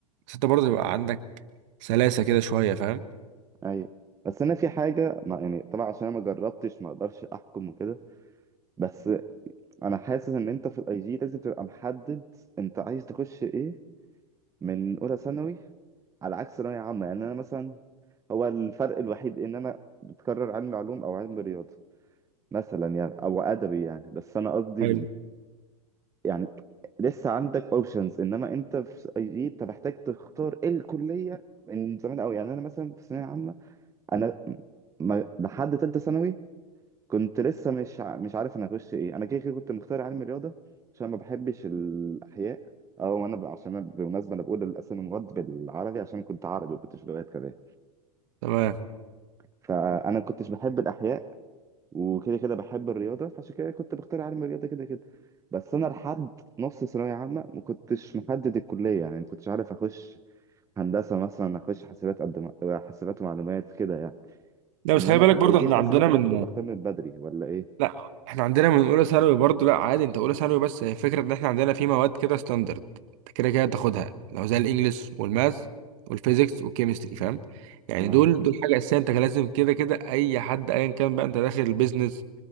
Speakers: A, on the right (about 55°); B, on the right (about 15°).
A: بس انت برضه يبقى عندك سلاسه كده شويه فاهم
B: ايوه بس انا في حاجة ما يعني طبعا عشان انا ما جربتش ما اقدرش احكم وكده بس انا حاسس ان انت في الاي جي لازم تبقى محدد انت عايز تخش ايه من اولى ثانوي على عكس ثانوية عامة يعني انا مثلا هو الفرق الوحيد ان انا بتكرر علم علوم او علم رياضة مثلا يعني او ادبي يعني بس انا قصدي
A: حلو
B: يعني لسه عندك اوبشنز انما انت في اي جي انت محتاج تختار ايه الكليه من زمان قوي يعني انا مثلا في ثانويه عامه انا ما لحد ثالثه ثانوي كنت لسه مش ع- مش عارف انا هخش ايه انا كده كده كنت مختار علم الرياضه عشان ما بحبش الاحياء او انا ب... عشان أنا بالمناسبه انا بقول الاسامي المواد بالعربي عشان كنت عربي وكنتش لغات كمان
A: تمام
B: فانا كنتش بحب الاحياء وكده كده بحب الرياضه فعشان كده كنت بختار علم الرياضه كده كده بس انا لحد نص ثانويه عامه ما كنتش محدد الكليه يعني ما كنتش عارف اخش هندسه مثلا اخش حاسبات قد ما حاسبات ومعلومات كده يعني
A: لا بس
B: انما
A: خلي بالك
B: في الاي
A: برضه
B: جي
A: احنا
B: حاسس
A: عندنا
B: ان انت
A: من
B: لازم تبقى اختار من بدري ولا ايه
A: لا احنا عندنا من اولى ثانوي برضه لا عادي انت اولى ثانوي بس هي فكره ان احنا عندنا في مواد كده ستاندرد انت كده كده تاخدها لو زي الانجليش والماث والفيزيكس والكيمستري فاهم يعني
B: اه
A: دول دول حاجه اساسيه انت كان لازم كده كده اي حد ايا كان بقى انت داخل البيزنس